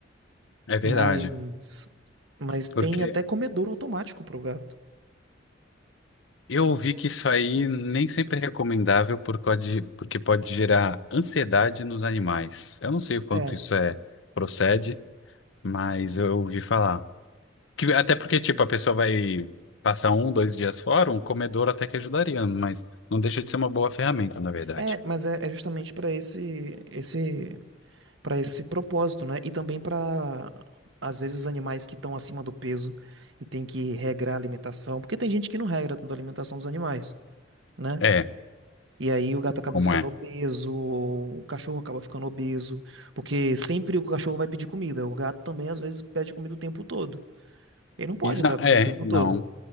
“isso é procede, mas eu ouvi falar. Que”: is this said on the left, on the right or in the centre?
Left